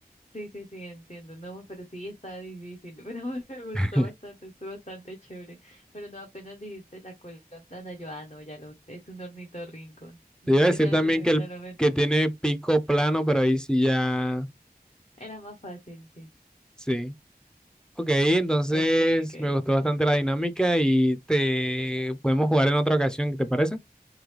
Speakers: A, on the left; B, in the centre.
A: Sí, sí, sí, entiendo. No, pero sí está difícil, <laughs> pero me
B: <laughs>
A: gustó bastante, estuvo bastante chévere. Pero no, apenas dijiste la cola plana, yo, ah, no, ya lo, es un ornitorrinco. De
B: Te iba a decir
A: una
B: también
A: vez se me
B: que,
A: vino
B: el,
A: a la mente.
B: que tiene pico plano, pero ahí sí ya,
A: Era más fácil, sí.
B: sí. Ok, entonces
A: okay okay
B: me gustó bastante la dinámica y te podemos jugar en otra ocasión, ¿te parece?